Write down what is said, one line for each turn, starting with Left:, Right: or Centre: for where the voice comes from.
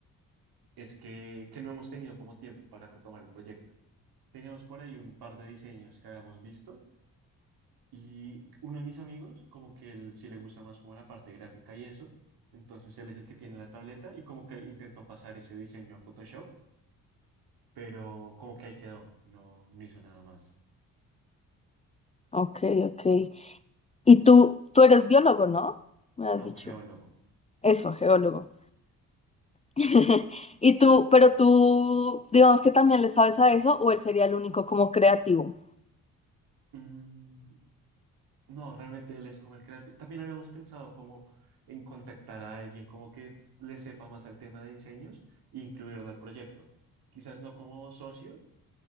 Right: es que, que no hemos tenido como tiempo para retomar el proyecto. Teníamos por ahí un par de diseños que habíamos visto Y uno de mis amigos, como que él sí le gusta más como la parte gráfica y eso, entonces él es el que tiene la tableta y como que intentó pasar ese diseño a Photoshop, pero como que ahí quedó, no, no hizo nada más.
Left: Ok, ok. Y tú, tú eres biólogo, ¿no? Me has
Right: No,
Left: dicho.
Right: geólogo.
Left: Eso, geólogo. <laughs> Y tú, pero tú, digamos que también le sabes a eso, o él sería el único como creativo.
Right: Mm, no, realmente él es como el creativo. También habíamos pensado como en contactar a alguien como que le sepa más al tema de diseños e incluirlo al proyecto. Quizás no como socio,